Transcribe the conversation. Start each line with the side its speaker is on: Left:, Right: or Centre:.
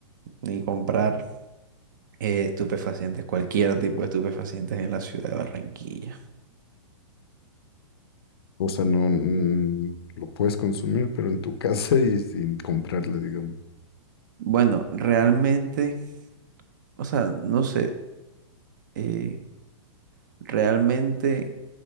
Right: ni comprar eh, estupefacientes, cualquier tipo de estupefacientes en la ciudad de Barranquilla.
Left: O sea, no mm, lo puedes consumir, pero en tu <laughs> casa y sin comprarla, digamos.
Right: Bueno, realmente, o sea, no sé, eh, realmente